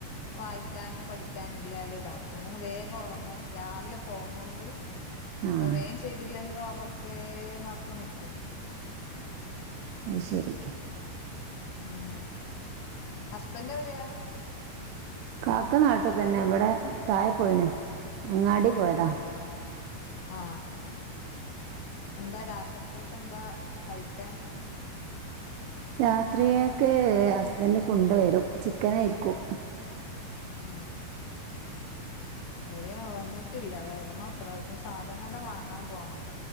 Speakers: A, on the left; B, on the right.
A: വായിക്കാനും പഠിക്കാനും ഇല്ലാല്താക്കും അല്ലെങ്കിലും വേഗം ഒറങ്ങും രാവിലെ പോന്നോണ്ട്
B: ആഹ്
A: അപ്പൊ വേം ചെയ്തില്ലെങ്കിലും ഒറെക്കെന്നൊർത്തു നിക്കും
B: അയ്ശെരി
A: ഉം ഹസ്ബന്റെവിടെയാ
B: കാക്ക നാട്ടിതന്നെയാ
A: എവിടെയാ
B: ഇവടെ താഴെപോയിണ് അങ്ങാടി പോയതാ
A: അ ആ എന്താ രാത്രിത്തേക്കെന്താ കഴിക്കാൻ
B: രാത്രിയേക്കെ ഹസ്ബന്റുകൊണ്ടുവരും ചിക്കനായിരിക്കും
A: ആ അവിടേം വന്നിട്ടില്ല വരണോത്രേ സാധനെല്ലാം വാങ്ങാൻ പോണം